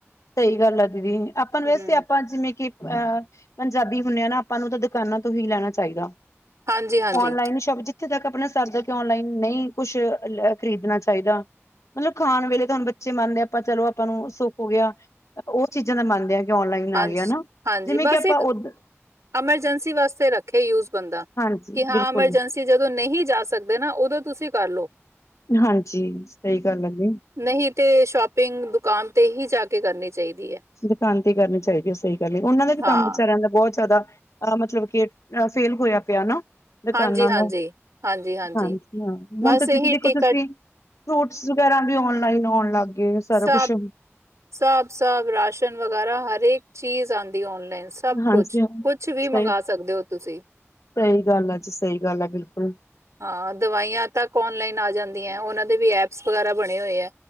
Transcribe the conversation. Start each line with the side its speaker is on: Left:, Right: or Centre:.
Left: ਸਹੀ ਗੱਲ ਆ ਦੀਦੀ, ਆਪਾਂ
Right: ਹੂੰ,
Left: ਵੈਸੇ ਆਪਾਂ ਜਿਵੇਂ ਕਿ। ਅਹ, ਪੰਜਾਬੀ ਹੁੰਦੇ ਆ ਨਾ ਆਪਾਂ ਨੂੰ ਤਾਂ ਦੁਕਾਨਾਂ ਤੋਂ ਹੀ ਲੈਣਾ ਚਾਹੀਦਾ।
Right: ਹਾਂਜੀ-ਹਾਂਜੀ,
Left: ਓਨਲਾਈਨ
Right: ਹਾਂਜੀ।
Left: ਸਬ। ਇੱਥੇ ਤੱਕ ਆਪਣਾ ਸਰ ਦਾ ਓਨਲਾਈਨ ਨਹੀਂ ਕੁਛ ਖਰੀਦਣਾ ਚਾਹੀਦਾ। ਮਤਲਬ ਖਾਣ ਵੇਲੇ ਤਾਂ ਹੁਣ ਬੱਚੇ ਮੰਨਦੇ ਹਾਂ ਆਪਾਂ ਚਲੋ ਆਪਾਂ ਨੂੰ ਸੁੱਖ ਹੋ ਗਿਆ ਉਹ ਚੀਜ਼ਾਂ ਦਾ ਮੰਨਦੇ ਹਾਂ। ਔਨਲਾਈਨ ਆ
Right: ਹਾਂਜੀ,
Left: ਗਿਆ ਹਨਾ
Right: ਹਾਂਜੀ
Left: ਜਿਵੇਂ
Right: ਬਸ
Left: ਕਿ ਆਪਾਂ
Right: ਇੱਕ
Left: ਉਧ।
Right: ਐਮਰਜੈਂਸੀ ਵਾਸਤੇ ਰੱਖੇ ਯੂਜ ਬੰਦਾ
Left: ਹਾਂਜੀ
Right: ਕਿ ਹਾਂ
Left: ਬਿਲਕੁਲ
Right: ਐਮਰਜੈਂਸੀ। ਜਦੋਂ ਨਹੀਂ ਜਾ ਸਕਦੇ ਨਾ ਉਦੋਂ ਤੁਸੀਂ ਕਰਲੋ।
Left: ਹਾਂਜੀ, ਸਹੀ ਗੱਲ ਹੈ ਜੀ
Right: ਨਹੀਂ ਤੇ, ਸ਼ੋਪਿੰਗ ਦੁਕਾਨ ਤੇ ਹੀ ਜਾ ਕੇ ਕਰਨੀ ਚਾਹੀਦੀ ਏ।
Left: ਦੁਕਾਨ ਤੋਂ ਕਰਨੀ ਚਾਹੀਦੀ ਹੈ ਸਹੀ ਗੱਲ ਉਹਨਾਂ ਦਾ ਵੀ
Right: ਹਾਂ,
Left: ਕੰਮ ਵਿਚਾਰਿਆਂ ਦਾ ਬਹੁਤ ਜ਼ਿਆਦਾ। ਅ, ਮਤਲਬ ਕਿ ਫੇਲ ਹੋਇਆ ਪਿਆ ਨਾ। ਦੁਕਾਨਾਂ
Right: ਹਾਂਜੀ-ਹਾਂਜੀ,
Left: ਦਾ,
Right: ਹਾਂਜੀ-ਹਾਂਜੀ
Left: ਹਾਂਜੀ ਹਾਂ
Right: ਬਸ
Left: ਹੁਣ ਤਾਂ ਦੀਦੀ
Right: ਇਹੀ
Left: ਦੇਖੋ
Right: ਟਿਕਟ
Left: ਤੁਸੀਂ ਫਰੂਟਸ। ਰਾਂ ਵੀ ਔਨਲਾਈਨ ਆਉਣ ਲੱਗ। ਗਏ ਸਾਰਾ
Right: ਸਾਬ-ਸਾਬ
Left: ਕੁਛ
Right: ਰਾਸ਼ਨ ਵਗੈਰਾ ਹਰੇਕ ਚੀਜ਼ ਆਉਂਦੀ ਓਨਲਾਈਨ। ਸਭ
Left: ਹਾਂਜੀ
Right: ਕੁਛ,
Left: ਹਾਂ
Right: ਕੁਛ ਵੀ
Left: ਸਹੀ
Right: ਮੰਗਵਾ ਸਕਦੇ ਓ ਤੁਸੀ।
Left: ਸਹੀ ਗੱਲ ਏ ਜੀ ਸਹੀ ਗੱਲ ਏ ਬਿਲਕੁਲ।
Right: ਹਾਂ, ਦਵਾਈਆਂ ਤੱਕ ਓਨਲਾਈਨ ਆ ਜਾਂਦੀਆਂ ਉਹਨਾਂ ਦੇ ਵੀ ਐਪਸ ਵਗੈਰਾ ਬਣੇ ਹੋਏ ਐ।